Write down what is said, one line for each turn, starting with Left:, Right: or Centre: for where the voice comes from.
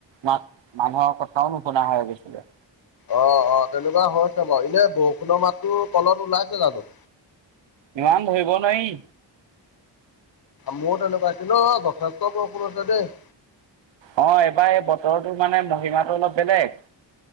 Right: মা- মানুহক কথাও নুশুনা হৈ গৈছিলে।
Left: অ' অ' তেনেকুৱা হৈছে বাৰু। এনে বৰষুণৰ মাততো কলত ওলাইছে জানো?
Right: ইমান ধৰিব নোৱাৰি।
Left: মোৰ তেনেকুৱা, কিন্ত যথেষ্ট বৰষুণ হৈছে দেই।
Right: অ'হ এইবাৰ এই বতৰটোৰ মানে মহিমাটো অলপ বেলেগ।